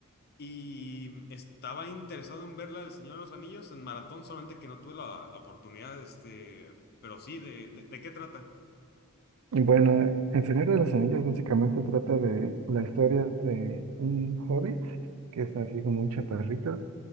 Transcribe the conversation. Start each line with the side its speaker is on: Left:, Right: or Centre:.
Left: Y estaba interesado en verla del Señor de los Anillos en maratón, solamente que no tuve la, la oportunidad, este, pero sí, ¿de, de, de qué trata?
Right: Y Bueno, El Señor de los Anillos básicamente trata de la historia de un hobbit que es así como un chaparrito